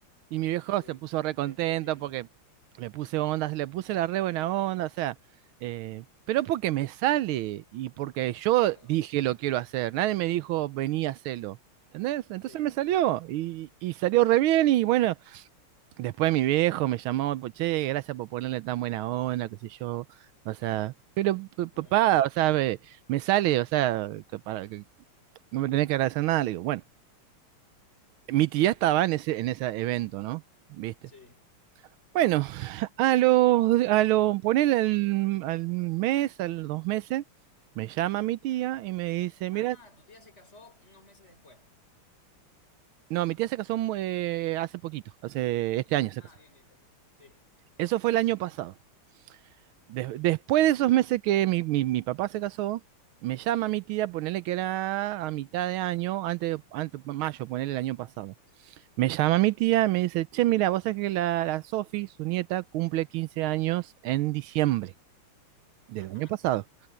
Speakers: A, on the right; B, on the left.
A: Y mi viejo
B: te,
A: se puso re contento
B: te te entiendo.
A: porque le puse onda, le puse la re buena onda, o sea, eh, pero porque me sale y porque yo
B: Claro,
A: dije lo quiero hacer, nadie me dijo vení a hacerlo, ¿entendés? Entonces
B: sí.
A: me salió y, y salió re bien y bueno, después mi viejo me llamó, pues, che, gracias por ponerle tan buena onda, qué sé yo, o sea, "Pa- papá,
B: Por haber...
A: o sea, me, me sale, o sea, que para, que no me tenés que agradecer nada, le digo, bueno, mi tía estaba en ese, en ese evento, ¿no? ¿Viste?
B: Sí.
A: Bueno, a los, a lo, poner al, al mes, a los dos meses, me llama mi tía y me dice,
B: Ah,
A: mira,
B: tu tía se casó unos meses después.
A: no, mi tía se casó mu- eh, hace poquito, hace este año se
B: Ah,
A: casó.
B: bien, bien, perfecto. Sí,
A: Eso fue el año pasado. Des- después de esos meses que mi, mi- mi papá se casó, me llama mi tía, ponerle que era a mitad de
B: sí.
A: año, antes, antes mayo, ponerle el año pasado. Me llama mi tía y me dice, che, mira, vos sabés que la, la Sofi, su nieta, cumple 15 años en diciembre del
B: Ajá.
A: año pasado.